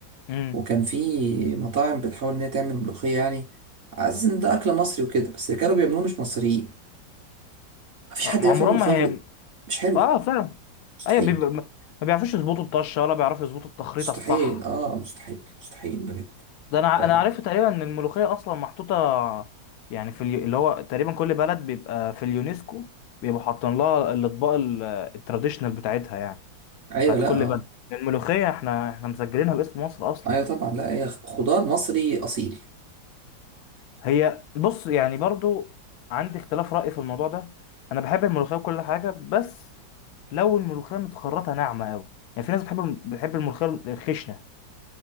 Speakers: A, on the left; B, on the right.
A: امم
B: وكان في مطاعم بتحاول ان هي تعمل ملوخيه يعني عايز ان ده اكل مصري وكده بس اللي كانوا بيعملوه مش مصريين مفيش
A: آه،
B: حد
A: عمرهم
B: بيعرف يعمل ملوخيه
A: ما
B: غير-
A: هي
B: مش حلوه
A: اه فعلا
B: مستحيل
A: ايوه بيبقى ما ما بيعرفوش يظبطوا الطشه ولا بيعرفوا يظبطوا التخريطه
B: مستحيل
A: الصح
B: اه مستحيل مستحيل بجد
A: ده انا
B: ف...
A: انا عرفت تقريبا ان الملوخيه اصلا محطوطه يعني في اليو... اللي هو تقريبا كل بلد بيبقى في اليونسكو بيبقوا حاطين لها الاطباق ال- التراديشنال بتاعتها يعني
B: ايوه
A: بتاعت
B: لا
A: كل
B: اه
A: بلد الملوخيه احنا احنا مسجلينها باسم مصر اصلا
B: ايوه طبعا لا هي خضار مصري اصيل
A: هي بص يعني برضو عندي اختلاف راي في الموضوع ده انا بحب الملوخيه وكل حاجه بس لو الملوخيه متخرطه ناعمه قوي يعني في ناس بتحب الم- بتحب الملوخيه الخشنه